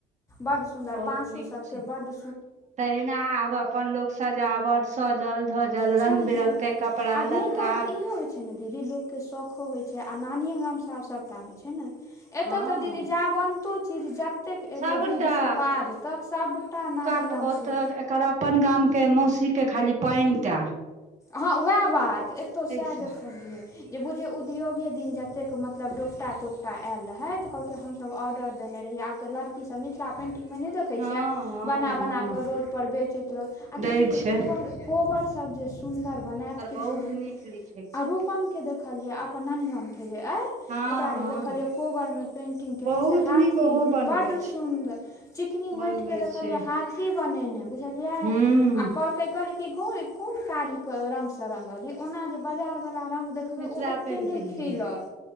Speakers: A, on the left (about 20°); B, on the right (about 45°).
A: बड सुन्दर
B: बहुत
A: बांसों
B: नीक
A: सब
B: छै
A: के बड
B: तहिना आब अपन लोक सजावट सजल-धजल
A: छैहे
B: रंग-बिरंग के कपड़ा
A: आ
B: लत्ता
A: मेन बात इहो होय छै ने दीदी लोकके शौखो होय छै आ नानिये गामसँ सबटा होय छै नै। एता
B: हँ
A: ते दीदी जावन्तो चीज जतेक
B: सबटा
A: एले विध से बाध तक सबटा नानी
B: अप
A: गामसँ
B: ओत एकर अपन गामके मौसी के खाली पेएनटा।
A: हां वाएह बात एतौ साएह
B: सँ
A: देखलियै। जे बुझियौ उद्योगे दिन जतेक मतलब डोपटा-तोपटा आएल रहै तऽ कहलकै हम सब ऑर्डर देने रहिये आब तऽ लड़की सब मिथला पेंटिंग मे नै दे खै
B: हँ
A: छियै
B: हँ
A: बना-बना
B: हँ
A: कऽ रोड पर बेचैत रह आ
B: दै
A: दीदी हे
B: छै
A: कोबर कोबर सब जे सुन्दर बनाएत किछ
B: बहुत
A: नै
B: नीक लिखै छै
A: और रूपम के देखलिये अपन नानी गामके जे अय
B: हँ
A: ओकरा जे
B: हँ
A: देखलियै कोबरमे पेन्टिंग केने
B: बहुत
A: से हाथी
B: नीक ओहो बनबै
A: बड्ड
B: छै
A: सुन्दर। चिकनी
B: बनबै
A: मैएट के देखलियै
B: छै
A: हाथी बनेनै बुझलियै
B: हूँ
A: आ कहलकै कि गै कुन कारीक रंग से रंगलये ओना जे बाजार वाला रंग दे खबै
B: मिथिला
A: ओ ओते
B: पेंटिंग
A: नै खिलत